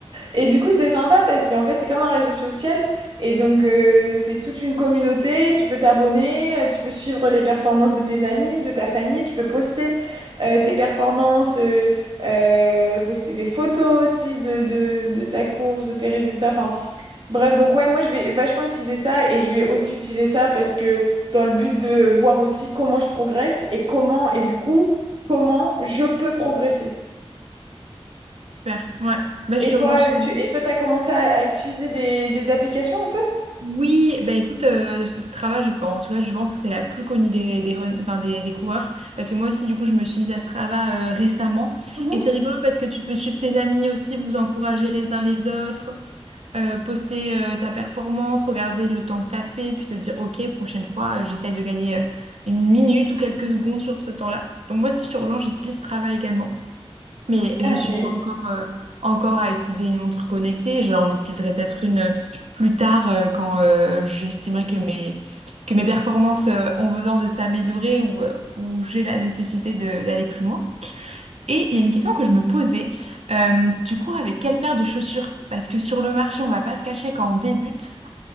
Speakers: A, on the right; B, on the right.
A: Et du coup, c'est sympa parce qu'en fait, c'est comme un réseau social. Et donc, euh, c'est toute une communauté. Tu peux t'abonner, euh, tu peux suivre les performances de tes amis, de ta famille. Tu peux poster euh, tes performances, euh, euh, poster des photos aussi de, de, de ta course, de tes résultats. Enfin, bref, donc ouais, moi, je vais vachement utiliser ça. Et je vais aussi utiliser ça parce que dans le but de voir aussi comment je progresse et comment, et du coup, comment je peux progresser.
B: Super. Ouais. Bah, je
A: Et
B: te relance.
A: toi, tu et toi, t'as commencé à, à utiliser des, des applications un peu?
B: Oui, bah écoute, euh, ce, ce travail, je, bon, en tout cas, je pense que c'est la plus connue des, des, run- enfin, des, des coureurs. Parce que moi aussi, du coup, je me suis mise à Strava euh, récemment.
A: Mhm.
B: Et c'est rigolo parce que tu peux suivre tes amis aussi, vous encourager les uns les autres, euh, poster euh, ta performance, regarder le temps que tu as fait, puis te dire, OK, prochaine fois, euh, j'essaie de gagner euh, une minute ou quelques secondes sur ce temps-là. Donc moi, si je te relance, j'utilise Strava également. Mais je suis
A: Mais-
B: pas encore, euh, encore à utiliser une montre connectée. J'en utiliserai peut-être une euh, plus tard euh, quand euh, j'estimerai que mes, que mes performances euh, ont besoin de s'améliorer ou, euh, ou j'ai la nécessité de- d'aller plus loin. Et il y a une question que je me posais. Euh, tu cours avec quelle paire de chaussures? Parce que sur le marché, on va pas se cacher quand on débute.